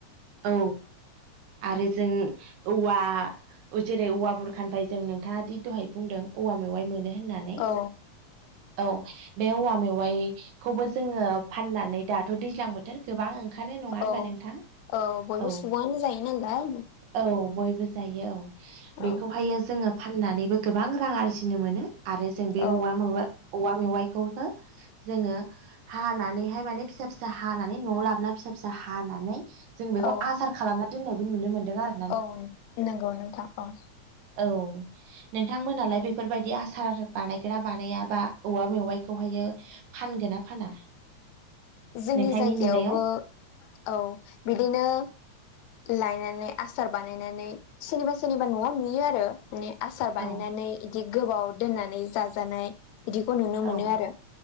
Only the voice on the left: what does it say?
औ
औ
औ बयबो
सुबुङानो जायो नालाय
औ
औ
औ
औ नंगौ नोंथां औ
जोंनि
जायगायावबो
औ बिदिनो लायनानै आसार बानायनानै सोरनिबा सोरनिबा न'आव नुयो आरो माने आसार बानायनानै
इदि गोबाव दोननानै जाजानाय बिदिखौ नुनो मोनो
आरो